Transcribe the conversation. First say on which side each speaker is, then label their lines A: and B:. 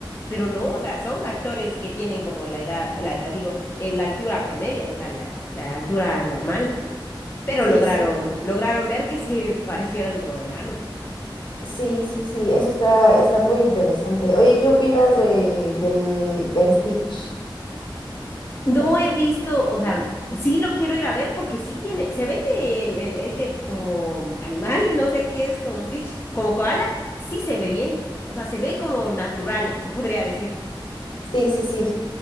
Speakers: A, on the left; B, on the left.
A: pero no, o sea, son actores que tienen como la edad, la edad, digo, eh, la altura promedio, o sea, la, la altura normal, pero
B: Sí,
A: lograron,
B: sí,
A: lograron ver que se parecieran como a enanos.
B: sí, sí, sí, eso está, está muy interesante. Oye, ¿qué opinas de, del, de Stitch?
A: No he visto, o sea, sí lo quiero ir a ver porque sí tiene, se ve que el, el- este como animal, <laughs> no sé qué es, como Stitch, como koala, sí se ve bien, o sea, se ve como natural, se podría decir.
B: Sí, sí, sí.